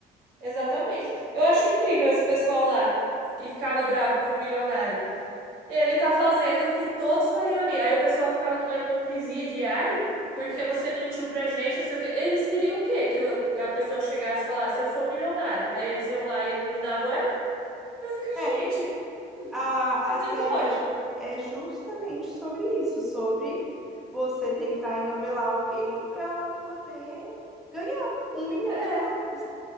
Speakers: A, on the right (about 85°); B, in the centre.
A: Exatamente. Eu acho incrível esse pessoal lá que ficava bravo com o milionário. Ele tá fazendo o que todos fariam ali. Aí o pessoal ficava numa hipocrisia de, ai, porque você mentiu pra gente, não sei o quê. Eles queriam o quê? Que eu- a pessoa chegasse e falasse, eu sou um milionário. Aí eles iam lá e eliminavam ela. Eu fico,
B: É,
A: gente, <laughs>
B: A,
A: não
B: a
A: tem
B: série
A: lógica.
B: é, ju- é justamente sobre isso, sobre você tentar engambelar alguém para poder ganhar um milhão
A: É,
B: de dólares.